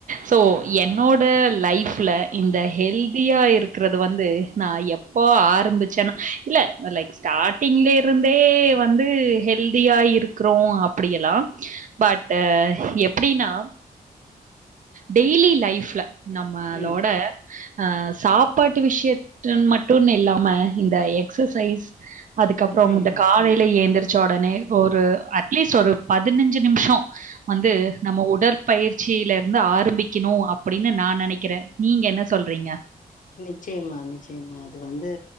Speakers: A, on the right; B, on the left.
A: ஸோ என்னோட லைஃப்ல இந்த ஹெல்தியா இருக்கிறது வந்து நா எப்ப ஆரம்பிச்சேன்னா இல்ல லைக் ஸ்டார்ட்டிங்ல இருந்தே வந்து ஹெல்தியா இருக்றோ அப்டி எல்லா பட் எப்டின்னா டெய்லி லைஃப்ல நம்மளோட
B: ம்
A: ஆ சாப்பாட்டு விஷயத்த மட்டுனு இல்லாம இந்த எக்சசைஸ் அதுக்கப்புறம்
B: ம்
A: இந்த
B: ம்
A: காலையில ஏந்திரிச்ச ஒடனே ஒரு அட்லீஸ்ட் ஒரு பதினஞ்சு நிம்ஷொ வந்து நம்ம உடற்பயிற் சியில இருந்து ஆரம்பிக்கிணு அப்பிடின்னு நா நெனைக்கிறே நீங்க என்ன சொல்றீங்க
B: நிச்சயமா நிச்சயமா அது வந்து